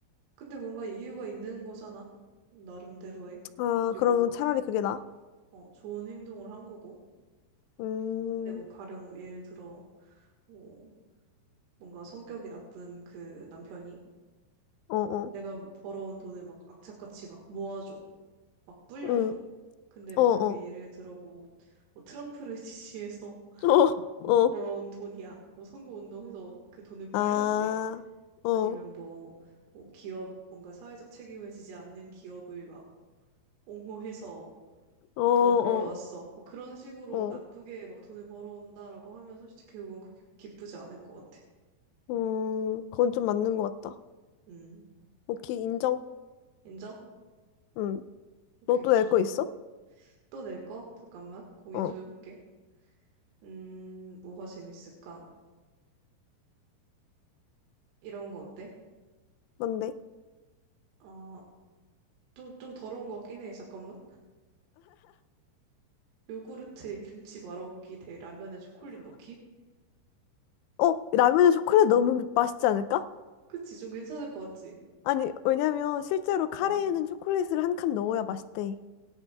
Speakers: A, on the right; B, on the left.
A: 근데 뭔가 이유가 있는 거잖아. 나름대로의.
B: 아,
A: 그리고,
B: 그러면 차라리 그게 나아?
A: 어, 좋은 행동을 한 거고.
B: 음,
A: 근데 뭐 가령 예를 들어, 뭐, 뭔가 성격이 나쁜 그 남편이
B: 어, 어,
A: 내가 벌어온 돈을 막 악착같이 막 모아줘. 막 불려줘.
B: 응,
A: 근데 막
B: 어, 어,
A: 그게 예를 들어 뭐, 뭐 트럼프를 <laughs> 지지해서
B: 어, 어, 어.
A: 벌어온 돈이야. 뭐 선거운동에서 그 돈을 불려왔대.
B: 아, 어,
A: 아니면 뭐, 뭐 기업 뭔가 사회적 책임을 지지 않는 기업을 막 옹호해서
B: 어,
A: 막
B: 어,
A: 돈을 벌어왔어. 뭐 그런 식으로
B: 어,
A: 나쁘게 막 돈을 벌어온다라고 하면 솔직히 그건 그렇게 기쁘지 않을 것 같아.
B: 음, 그건 좀 맞는 것 같다.
A: 음,
B: 오케이, 인정.
A: 인정?
B: 응,
A: 오케이,
B: 너 또
A: 좋아.
B: 낼 거 있어?
A: 또 낼 거? 잠깐만, 고민
B: 어,
A: 좀 해볼게. 음, 뭐가 재밌을까? 이런 거 어때?
B: 뭔데?
A: 아, 좀, 좀 더러운 것 같긴 해. 잠깐만. 요구르트에 김치 말아먹기 대 라면에 초콜릿 넣기?
B: 어, 라면에 초콜릿 넣으면 맛있지 않을까?
A: 그치, 좀 괜찮을 것 같지?
B: 아니, 왜냐면 실제로 카레에는
A: 어,
B: 초콜릿을 한 칸 넣어야 맛있대.